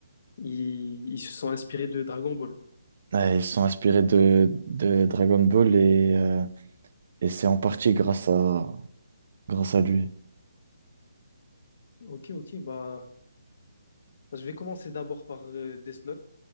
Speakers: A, on the left; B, on the right.
A: Ils, ils se sont inspirés de Dragon Ball.
B: Ouais, ils sont inspirés de, de Dragon Ball et, euh, et c'est en partie grâce à, grâce à lui.
A: Ok, ok, bah, je vais commencer d'abord par euh, Death Note.